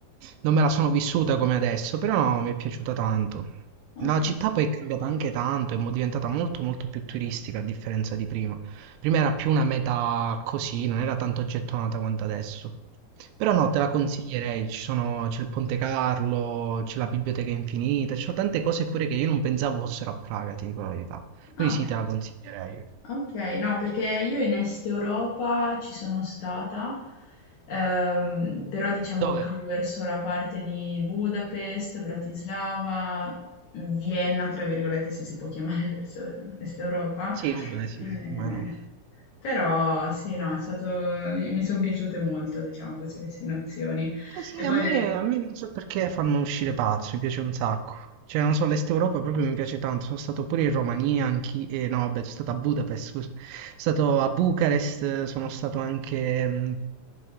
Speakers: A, on the right; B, on the left.
A: non me la sono vissuta come adesso, però no, mi è piaciuta tanto.
B: ok.
A: La città poi è cambiata anche tanto, è mo- diventata molto molto più turistica a differenza di prima. Prima era più una meta così, non era tanto gettonata quanto adesso. Però no, te la consiglierei, ci sono- c'è il Ponte Carlo, c'è la Biblioteca Infinita, ci sono tante cose pure che io non pensavo fossero a Praga, ti dico la verità. Quindi
B: Ah.
A: sì, te la consiglierei.
B: Okay, no, perché io in Est Europa ci sono stata, ehm, però diciamo
A: Dove?
B: più verso la parte di Budapest, Bratislava, Vienna, tra virgolette, se si può chiamare <laughs> verso Est Europa.
A: Sì. Vabbè, sì,
B: Eh,
A: più o meno.
B: però sì, no, è stato, mi, mi sono piaciute molto, diciamo, queste destinazioni.
A: Eh sì,
B: E poi...
A: a me, a me non so perché fanno uscire pazzo, mi piace un sacco. Cioè, non so, l'Est Europa proprio mi piace tanto. Sono stato pure in Romania, anche... eh, no, vabbè, sono stato a Budapest, scusa. Sono stato a Bucarest, sono stato anche mh,